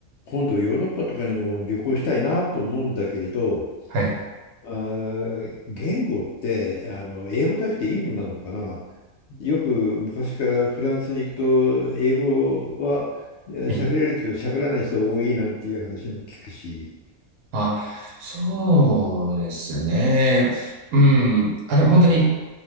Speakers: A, on the left; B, on the right.
A: 今度ヨーロッパとかにも旅行したいなと思うんだけれど、
B: はい。
A: あー、言語ってあの英語だけでいいもんなのかな。よく昔からフランスに行くと英語はいや喋れるけど喋らない人多いなんていう話も聞くし。
B: はい。あ、そうですね。うん。あ、でも本当に、